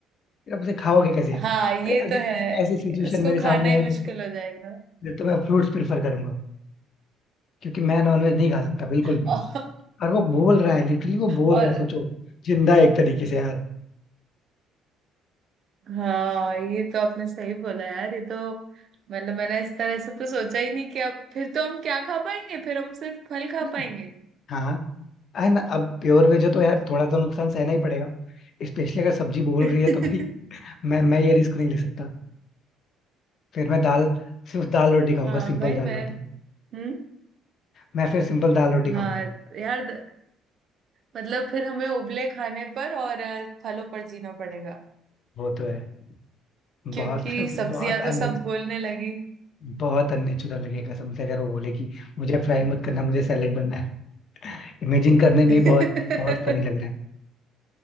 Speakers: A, on the left (about 50°); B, on the right (about 50°).
A: फिर आप उसे खाओगे कैसे
B: हाँ ये
A: भाई अगर
B: तो है
A: ऐसी सिचुएशन
B: उसको
A: मेरे
B: खाना
A: सामने
B: ही
A: आए फिर
B: मुश्किल
A: तो
B: हो जाएगा
A: फिर तो मैं फ्रूट्स प्रेफर करूंगा क्योंकि मैं नॉन वेज नहीं खा सकता बिल्कुल भी
B: <laughs> और,
A: और वो बोल रहा है लिटरली वो बोल
B: और
A: रहा है सोचो जिंदा है एक तरीके से यार
B: हाँ ये तो आपने सही बोला यार ये तो मतलब मैंने इस तरह से तो सोचा ही नहीं कि अब फिर तो हम क्या खा पाएंगे फिर हम सिर्फ फल खा
A: नहीं
B: पाएंगे
A: हाँ है ना अब प्योर वेज हो तो यार थोड़ा तो नुकसान सहना ही पड़ेगा स्पेशली अगर सब्जी बोल
B: <laughs>
A: रही है तो भाई मैं मैं ये रिस्क नहीं ले सकता फिर मैं दाल सिर्फ दाल रोटी खाऊंगा
B: हाँ
A: सिंपल
B: भाई
A: दाल
B: मैं
A: रोटी
B: हम्म
A: मैं फिर सिंपल दाल रोटी
B: हाँ
A: खाऊंगा
B: यार द- मतलब फिर हमें उबले खाने पर और अ, फलों पर जीना पड़ेगा
A: वो तो है
B: क्योंकि
A: बहुत बहुत
B: सब्जियां तो
A: अन्य
B: सब बोलने लगी
A: बहुत अननेचुरल लगेगा कसम से अगर वो बोले कि मुझे फ्राई मत करना मुझे सैलेड बनना है इमेजिन करने
B: <laughs>
A: में ही बहुत बहुत फनी लग रहा है